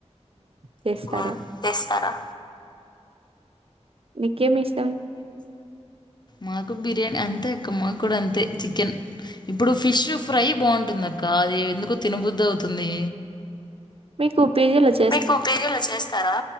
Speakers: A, on the right (about 55°); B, on the left (about 40°).
A: చేస్తారా.
B: ఉమ్, చేస్తారా.
A: మీకేమిస్.
B: మాకు బిర్యానీ అంతే అక్క మాకు కూడా అంతే చికెన్. ఇప్పుడు ఫిష్ ఫ్రై బావుంటుంది అక్కఅది ఎందుకొ తినబుద్ది అవుతుంది.
A: మీకు పిజీలో చే
B: మీకు పీజీలో చేస్తారా